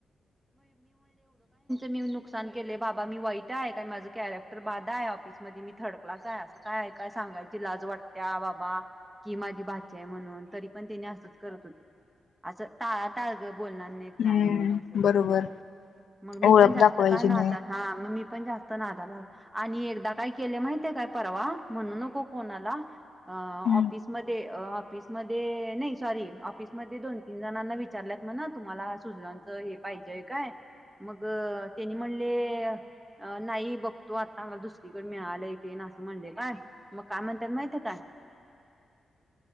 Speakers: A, on the right; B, on the left.
A: मी नुकसान केले बाबा मी वाईट आहे काय माझं कॅरेक्टर बाध आहे ऑफिस मध्ये मी थर्ड क्लास आहे असं काय काय सांगायची लाज वाटत्या बाबा कि माझी भाचे आहे म्हणून तरी पण त्यानी असंच करत होते असं टाळा‌ टाळ गं- बोलणार नाही काय
B: हम्म
A: नाही अस
B: बरोबर
A: मग मी
B: ओळख
A: पण जास्त
B: दाखवायची
A: काय
B: नाही
A: हा मग मी पण जास्त नादाला आणि एकदा काय केले माहिती काय परवा म्हणू नको कोणाला
B: हम्म
A: ऑफिसमध्ये? ऑफिसमध्ये नाही सॉरी ऑफिसमध्ये दोन तीन जणांना विचारल्यात मणा तुम्हाला सुजनाच हे पाहिजे हाय काय मग त्यांनी म्हणले नाही बघतो आता आम्हाला दुसरीकडे मिळालं तेे ना असं म्हणले काय मग काय म्हणतातय माहिितय काय? झा